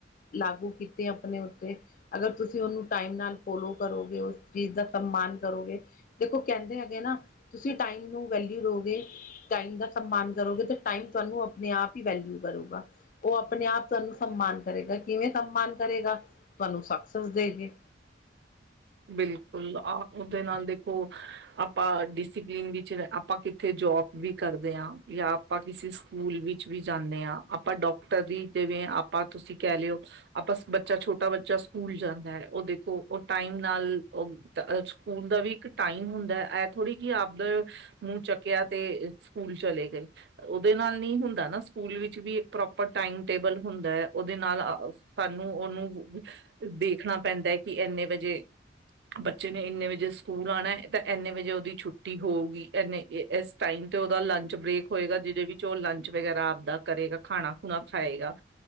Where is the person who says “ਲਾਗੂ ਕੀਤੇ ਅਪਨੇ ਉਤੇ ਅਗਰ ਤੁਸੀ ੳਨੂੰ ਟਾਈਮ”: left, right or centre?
Left